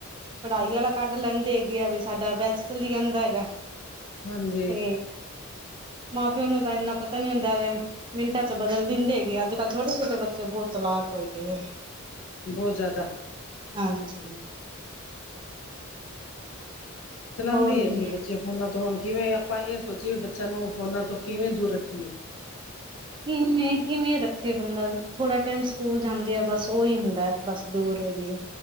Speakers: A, on the right (about 25°); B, on the left (about 70°).
A: ਪੜ੍ਹਾਈ ਆਲਾ ਕੱਢ ਲੈਂਦੇ ਹੈਗੇ ਆ ਵੀ ਸਾਡਾ ਬੈਚ ਚਲੀ ਜਾਂਦਾ ਹੈਗਾ
B: ਹਾਂਜੀ
A: ਤੇ ਮਾਂ ਪਿਓ ਨੂੰ ਤਾਂ ਇੰਨਾ ਪਤਾ ਨੀ ਹੁੰਦਾ ਵੇ, ਮਿੰਟਾਂ ਚ ਬਦਲ ਦਿੰਦੇ ਹੈਗੇ ਅੱਜ ਕੱਲ ਛੋਟੇ, ਛੋਟੇ ਬੱਚੇ ਬਹੁਤ ਚਲਾਕ ਹੋਏ ਪਏ ਆ।
B: ਬਹੁਤ ਜ਼ਿਆਦਾ।
A: ਹਾਂਜੀ।
B: ਚਲਾਉਦੇ
A: ਹੋਰ
B: ਆ
A: ਦੀ
B: ਜੀ ਬੱਚੇ ਫ ਫੋਨਾਂ ਤੋਂ ਹੁਣ ਕਿਵੇਂ ਆਪਾਂ ਇਹ ਸੋਚੀਏ ਵੀ ਬੱਚਿਆਂ ਨੂੰ ਫੋਨਾਂ ਤੋਂ ਕਿਵੇਂ ਦੂਰ ਰੱਖੀਏ।
A: ਕਿਵੇਂ, ਕਿਵੇਂ ਰੱਖੇ ਬੰਦਾ, ਥੋੜਾ ਟੈਮ ਸਕੂਲ ਜਾਂਦੇ ਆ ਬਸ ਉਹੀ ਹੁੰਦਾ। ਬਸ ਦੂਰ ਹੇਗੇ ਆ।